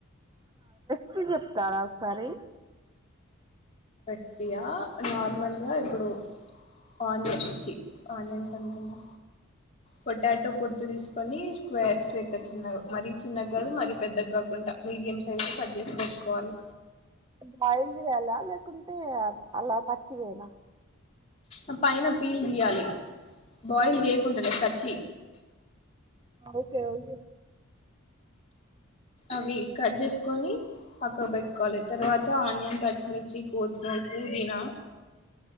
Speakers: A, on the right; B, on the left.
A: కి చెప్తారా ఒకసారి
B: అ యా నార్మల్గా ఇప్పుడు ఆనియన్ ఆనియన్స్ అంటున్నా పొటాటో పొట్టు తీసుకొని స్క్వేర్స్ లెక్క చిన్నగా మరీ చిన్న కాదు మరీ పెద్దగా కాకుండా మీడియం సైజ్ కట్ చేసి పెట్టుకోవాలి
A: బాయిల్ చేయాలా లేకుంటే అలా పచ్చిదేనా
B: ఆ పైన పీలు తీయాలి బాయిల్ చేయకుంటడానే పచ్చి
A: ఓకే ఓకే
B: అవి కట్ చేసుకొని పక్కకు పెట్టుకోవాలి తర్వాత ఆనియన్ పచ్చిమిర్చి కొత్తిమీర పుదీనా